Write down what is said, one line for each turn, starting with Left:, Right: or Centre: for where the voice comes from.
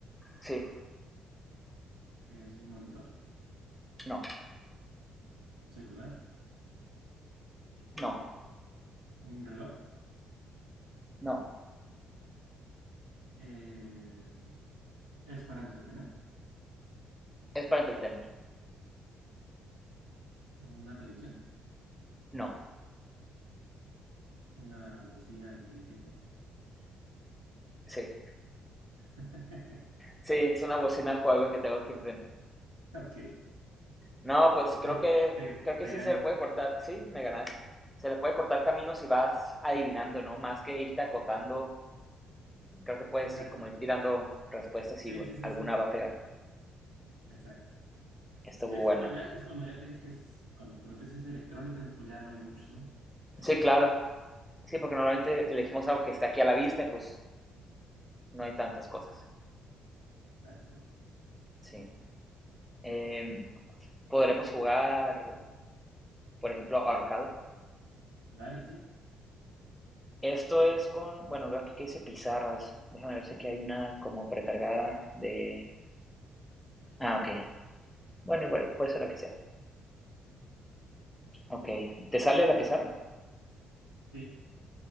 Centre: sí,
Right: es un monitor,
Centre: no,
Right: un celular,
Centre: no,
Right: un reloj,
Centre: no.
Right: eh, es para entretener,
Centre: Es para entretener.
Right: una televisión,
Centre: No,
Right: una bocina inteligente.
Centre: sí,
Right: <laughs>
Centre: sí, es una bocina juego que tengo aquí enfrente.
Right: Ok,
Centre: No, pues
Right: pues
Centre: creo
Right: te,
Centre: que,
Right: te,
Centre: creo que
Right: te
Centre: sí
Right: gané,
Centre: se le puede cortar. Sí, me ganaste. Se le puede cortar camino si vas adivinando, ¿no? Más que irte acotando, creo que puedes
Right: exacto.
Centre: ir como ir tirando respuestas
Right: Sí,
Centre: y
Right: sí, sí,
Centre: alguna
Right: sí,
Centre: va a pegar.
Right: exacto.
Centre: estuvo
Right: Sí, es
Centre: buena.
Right: cuando ya, es cuando ya te dije que es- cuando te pregunté si es electrónico, dije, pues ya no hay muchos, ¿no? Ya,
Centre: Sí,
Right: ya me
Centre: claro.
Right: fui.
Centre: Sí, porque normalmente elegimos algo que está aquí a la vista y pues no hay tantas cosas.
Right: Exacto.
Centre: Sí. Eh, podremos jugar, por ejemplo, ahorcado.
Right: Dale, sí.
Centre: Esto es con, bueno, veo aquí que dice pizarras. Déjame ver si aquí hay una como precargada de... Ah, ok. Bueno, igual puede ser la que sea. Ok. ¿Te sale la pizarra?
Right: Sí,